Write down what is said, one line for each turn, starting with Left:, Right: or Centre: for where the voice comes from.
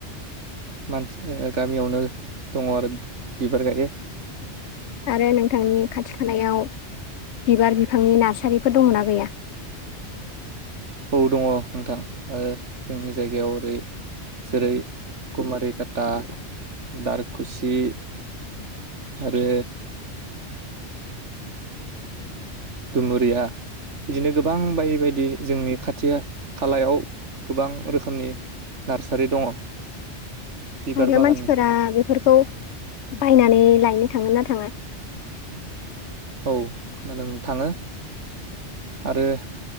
Right: मानसि गामियावनो दङ आरो बिबार गायो।
Left: आरो नोंथांनि खाथि खालायाव बिबार बिफांनि नार्सारिफोर दङना गैया?
Right: औ दङ नोंथां ओ जोंनि जायगायाव ओरै जेरै कुमारि खाता दारखुसि आरो दुमुरिया बिदिनो गोबां बायदि बायदि जोंनि खाथि खालायाव गोबां रोखोमनि नार्सारि दङ। बिबार
Left: आरो
Right: बागाननि
Left: मानसिफोरा बेफोरखौ बायनानै लायनो थाङो ना थाङा?
Right: औ खोनादों थाङो। आरो